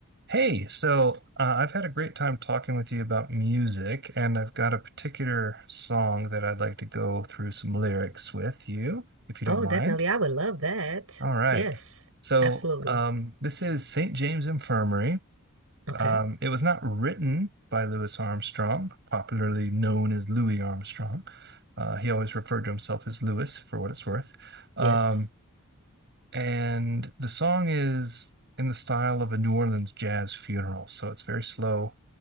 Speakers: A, on the right; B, on the right.
A: Hey, so uh, I've had a great time talking with you about music, and I've got a particular song that I'd like to go through some lyrics with you, if you don't
B: Oh,
A: mind.
B: definitely. I would love that.
A: All right.
B: Yes,
A: So
B: absolutely.
A: um, this is St. James Infirmary.
B: Okay.
A: Um, it was not written by Louis Armstrong, popularly known as Louis Armstrong. Uh, he always referred to himself as Louis, for what it's worth. Um,
B: Yes.
A: and the song is in the style of a New Orleans jazz funeral, so it's very slow